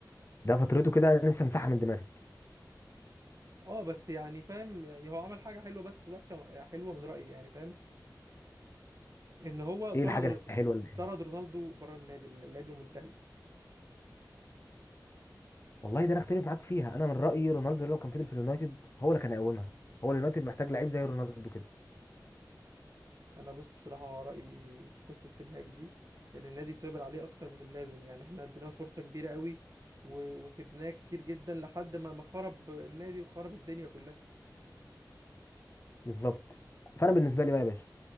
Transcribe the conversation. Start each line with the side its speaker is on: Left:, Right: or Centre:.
Left: ده فترته كده انا نفسي امسحها من دماغي
Right: اه بس يعني فاهم يعني هو عمل حاجه حلوه بس وحشه حلوه من رايي يعني فاهم ان هو طرد
Left: ايه الحاجه الحلوه اللي
Right: طرد رونالدو بره النادي اللاعب المنتهي
Left: والله ده انا اختلف معاك فيها انا من رايي رونالدو لو كان فضل في اليونايتد هو اللي كان يقومها هو اليونايتد محتاج لعيب زي رونالدو كده
Right: انا بص بصراحه رايي في قصه تنهاج دي ان النادي سيطر عليه اكتر من اللازم يعني احنا اديناه فرصه كبيره قوي و... وسبناه كتير جدا لحد ما ما خرب النادي وخرب الدنيا كلها
Left: بالظبط فانا بالنسبه لي بقى يا باشا